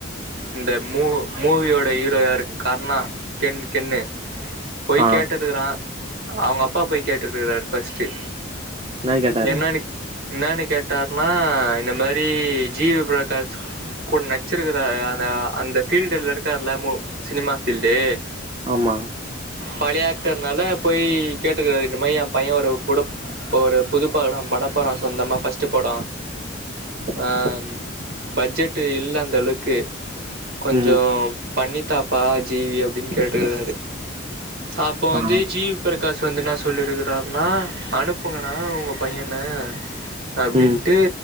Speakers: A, on the right; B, on the right.
A: இந்த மூ மூவியோட ஹீரோ யாரு கர்ணா கெண் கெண்னு போய்
B: ஆ
A: கேட்டு இருக்கறா அவுங்க அப்பா போய் கேட்டு இருக்கறாரு ஃபஸ்ட்டு
B: என்ன கேட்டாரா
A: என்னன்னு என்னன்னு கேட்டாருன்னா இந்த மாரி ஜீவி பிரகாஷ் கூட நச்சிருக்கிறா அந்த அந்த ஃபீல்டுல இருக்கார்ல மோ சினிமா ஃபீல்டு
B: ஆமா
A: பழைய ஆக்டர்னால போய் கேட்டுக்காரு இந்த மாறி எ பைய ஒரு புடப் ஒரு புதுப்பாடம் படப்பறா சொந்தமா ஃபஸ்ட்டு படோ ஆ இம் பஜ்ஜெட்டு இல்ல அந்த அளவுக்கு கொஞ்சோம்
B: ம்
A: பண்ணித்தாப்பா ஜீவி அப்டின் கேட்டுக்கறாரு அப்போ வந்து
B: ஆ
A: ஜீவ் பிருகாஷ் வந்து என்னா சொல்லிருக்றாருன்னா அனுப்புங்கண்ணா உங்க பையன அப்டின்ட்டு
B: ம்